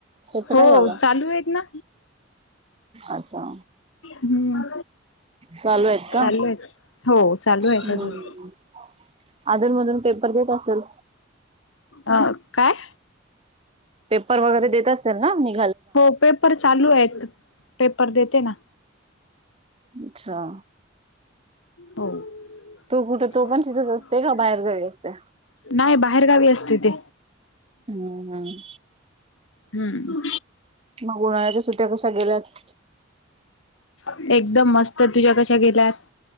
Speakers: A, on the right; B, on the left.
A: त्याच
B: हो
A: काय झालं
B: चालू आहेत ना
A: अच्छा
B: हम्म.
A: चालू आहेत का
B: चालू आहेत हो चालू आहेत
A: हम्.
B: अजून
A: अधून मधून पेपर देत असेल?
B: अ काय?
A: पेपर वगैरे देत असेल ना मी?
B: हो पेपर चालू आहेत, पेपर देते ना.
A: अच्छा
B: हो. <unintelligible>
A: तू कुठे तो पण तिथेच असते का बाहेर गावी असते
B: नाही बाहेरगावी असते ते.
A: हम्म हम्म
B: हम्म.
A: मग उन्हाळ्याच्या सुट्ट्या कशा गेल्यात
B: <inaudible> एकदम मस्त तुझ्या कशा गेल्यात.